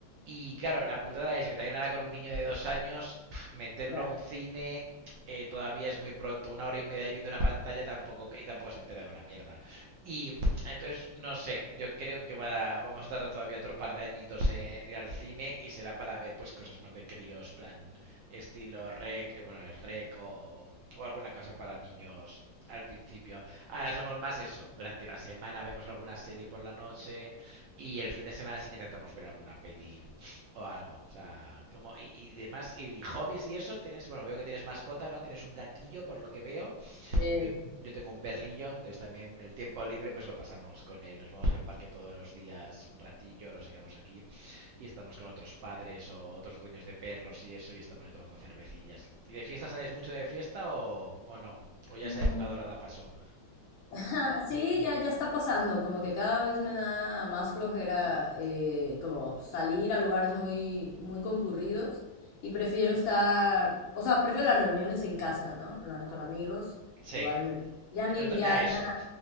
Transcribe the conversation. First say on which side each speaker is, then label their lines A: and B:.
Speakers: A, on the right; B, on the left.
A: Y claro, la putada es que también ahora con un niño de dos años, pf, meterlo
B: Ya.
A: a un cine eh, todavía es muy pronto. Una hora y media ahí viendo una pantalla tampoco, y tampoco se entera de una mierda. Y mm, entonces, no sé, yo creo que va, a, vamos a tardar todavía otro par de añitos en ir al cine y será para ver pues cosas más de críos, plan estilo rec, eh, bueno, rec o, o alguna cosa para niños al principio. Ahora somos más eso. Durante la semana vemos alguna serie por la noche y el fin de semana sí que intentamos ver alguna peli o algo. O sea, como y, y demás, y hobbies y eso, tienes, bueno, veo que tienes mascota, ¿no? Tienes un gatillo, por lo que veo.
B: Eh,
A: Yo, yo tengo un perrillo, entonces también el tiempo libre pues lo pasamos con él. Nos vamos al parque todos los días un ratillo, lo sacamos aquí y estamos con otros padres o otros dueños de perros y eso y estamos ahí tomando cervecillas. ¿Y de fiesta sales mucho de fiesta o, o no? ¿O ya
B: mm,
A: esa época dorada pasó?
B: Ajá, Sí, ya, ya está pasando, como que cada vez me da más flojera eh, como salir a lugares muy, muy concurridos y prefiero estar, o sea, prefiero las reuniones en casa, ¿no? Con, la- con amigos,
A: Sí,
B: igual, ya ni,
A: nosotros
B: ya,
A: ya eso.
B: ya na-